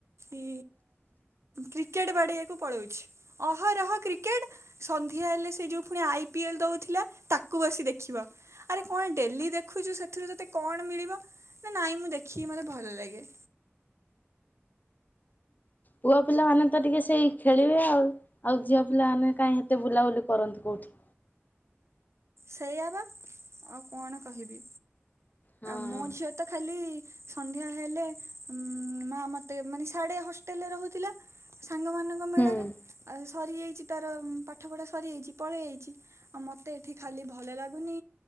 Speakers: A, on the right; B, on the left.
A: ଇ କ୍ରିକେଟ ବାଡେଇଆକୁ ପଳଉଛି ଅହରହ କ୍ରିକେଟ ସନ୍ଧ୍ୟା ହେଲେ ସେ ଯୋଉ ପୁଣି ଆଇ ପି ଏଲ ଦଉଥିଲା ତାକୁ ବସି ଦେଖିବ। ଆରେ କଣ ଡେଲି ଦେଖୁଛୁ ସେଥିରୁ ଯତେ କଣ ମିଳିବ ନା ନାଇଁ ମୁଁ ଦେଖିକି ମତେ ଭଲ ଲାଗେ।
B: ପୁଅ ପିଲାମାନେ ତ ଟିକେ ସେଇ ଖେଳିବେ ଆଉ। ଆଉ ଝିଅ ପିଲାମାନୋନେ କାହିଁ ଏତେ ବୁଲାବୁଲି କରନ୍ତି କୋଉଠି।
A: ସେଇଆବା ଆଉ କଣ କହିବି।
B: ହଁ
A: ମୋ ଝିଅ ତ ଖାଲି ସନ୍ଧ୍ୟା ହେଲେ ଉ ମା ମତେ ମାନେ ସାଢେ ହ ହୋଟେଲରେ ରହୁଥିଲା ସାଙ୍ଗମାନଙ୍କ ମେଳରେ
B: ହୁଁ
A: ଆଉ ସରିଯାଇଛି ତାର ପାଠ ପଢା ସରିଯାଇଛି ପଳେଇ ଆଇଛି ଆଉ ମତେ ଏଠି ଖାଲି ଭଲ ଲାଗୁନି